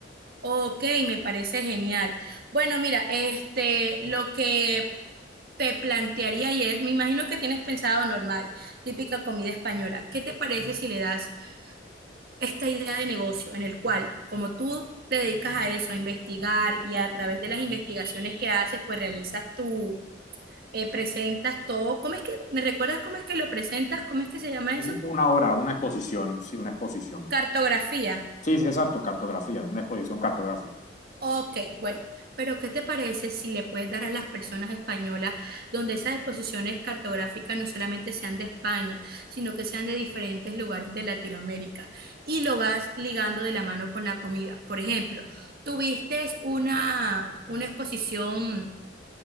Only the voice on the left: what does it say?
Un- Una hora, una exposición, sí, una exposición.
Sí, sí, exacto, cartografía, una exposición cartográfica.